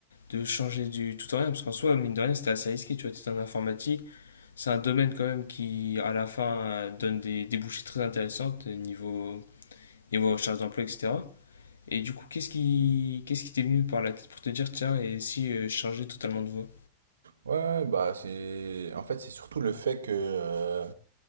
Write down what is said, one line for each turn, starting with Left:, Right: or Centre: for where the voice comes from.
Left: de changer du tout en rien, parce qu'en soi, mine de rien, c'était assez risqué, tu vois, t'es en informatique, c'est un domaine quand même qui, à la fin, euh, donne des débouchés très intéressantes euh, niveau, niveau recherche d'emploi, etc. Et du coup, qu'est-ce qui qu'est-ce qui t'est venu par la tête pour te dire, tiens, et si je euh, changeais totalement de voie?
Right: Ouais, ouais, bah c'est en fait c'est surtout le fait que euh,